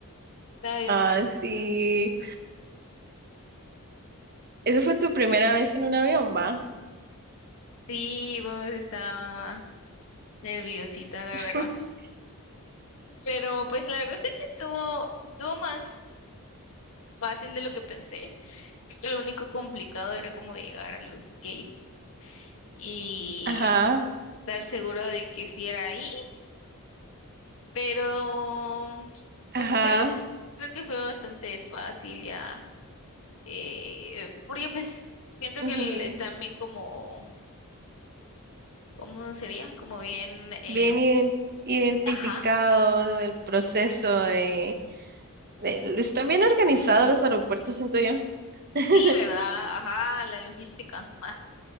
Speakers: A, on the left (about 65°); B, on the right (about 45°).
A: Estaba viendo
B: ah,
A: las fotos.
B: sí. Esa fue tu primera vez en un avión, ¿va?
A: Sí, pues estaba nerviosita, la
B: <laughs>
A: verdad. Pero pues la verdad es que estuvo, estuvo más fácil de lo que pensé. Creo que lo único complicado era como llegar a los gates y
B: Ajá,
A: estar segura de que si era ahí Pero
B: ajá.
A: después creo que fue bastante fácil ya. eh, porque pues siento
B: ujú.
A: que el- están bien como, ¿cómo sería? Como bien, eh,
B: Bien iden- identificado
A: ajá,
B: el proceso de, de- Están bien organizados los aeropuertos, siento yo. <laughs>
A: sí, ¿verdad? Ajá, la logística. <laughs> ah,